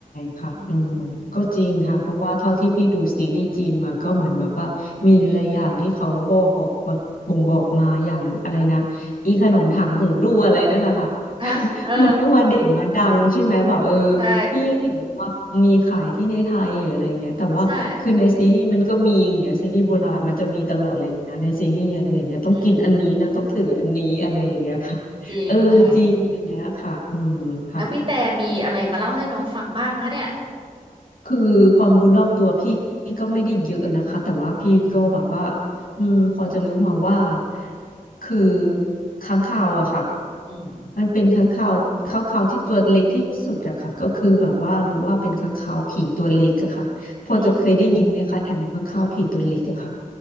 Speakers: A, on the left (about 85°); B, on the right (about 35°).
A: ค่ะอืมก็จริงค่ะ
B: อืมอืมอืม
A: เพราะว่าเท่าที่พี่ดูซีรีส์จีนมาก็เหมือนแบบว่ามีหลายๆอย่างที่เขาบอกแบบบ่งบอกมาอย่างอะไรนะอีขนมถังหูรูอะไรนั่นแหละค่ะ
B: ฮะเออ
A: <laughs> มันก็มาเด่นมาดังใช่ไหมแบบเออ
B: ใช่
A: พี่ยังเห็นแบบว่ามีขายที่ในไทยหรืออะไรเงี้ยแต่ว่าคือในซีรีส์มันก็มีอย่างเงี้ยซีรีส์โบราณมันจะมีตลอดเลยนะในซีรีส์อะไรเงี้ยต้องกินอันนี้นะต้องถืออันนี้อะไรอย่างเงี้ยค่ะ
B: ใช่อืมจริงค่ะ
A: เออจริงอันเนี้ยค่ะอืมค่ะ
B: แล้วพี่แต่มีอะไรมาเล่าให้น้องฟังบ้างคะเนี่ย
A: คือความรู้รอบตัวพี่ก็ไม่ได้เยอะนะคะแต่ว่าพี่ก็แบบว่า
B: อืม
A: อืมพอจะรู้มาว่าคือค้างคาวอะค่ะ
B: อืม
A: มันเป็นค้างคาวค้างคาวที่ตัวเล็กที่สุดอะค่ะก็คือแบบว่ารู้ว่าเป็นค้างคาวผีตัวเล็กอะค่ะพอจะเคยได้ยินไหมคะแอมค้างคาวผีตัวเล็กอะค่ะ
B: อืม